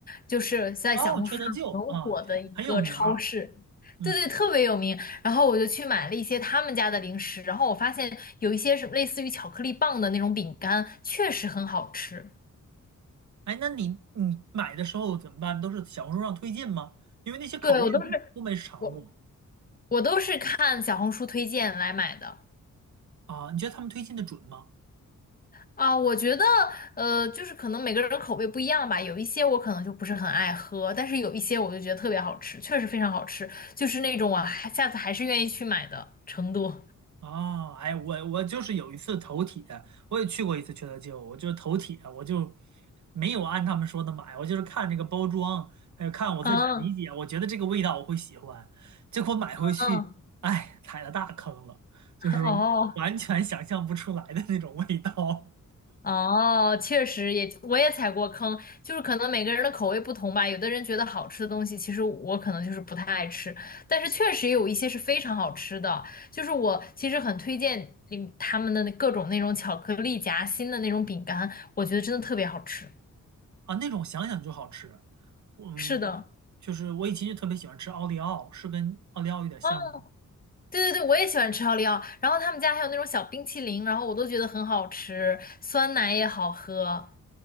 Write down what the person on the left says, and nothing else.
就是在小红书上很火的一个超市，
对对，特别有名。然后我就去买了一些他们家的零食，然后我发现有一些是类似于巧克力棒的那种饼干，确实很好吃。
对，我都是我我都是看小红书推荐来买的。
啊，我觉得，呃，就是可能每个人的口味不一样吧，有一些我可能就不是很爱喝，但是有一些我就觉得特别好吃，确实非常好吃，就是那种我还下次还是愿意去买的程度。
嗯
嗯，
<laughs> 哦，
哦，确实也，我也踩过坑，就是可能每个人的口味不同吧。有的人觉得好吃的东西，其实我可能就是不太爱吃，但是确实有一些是非常好吃的。就是我其实很推荐你他们的那各种那种巧克力夹心的那种饼干，我觉得真的特别好吃。
是的，
嗯，对对对，我也喜欢吃奥利奥。然后他们家还有那种小冰淇淋，然后我都觉得很好吃，酸奶也好喝。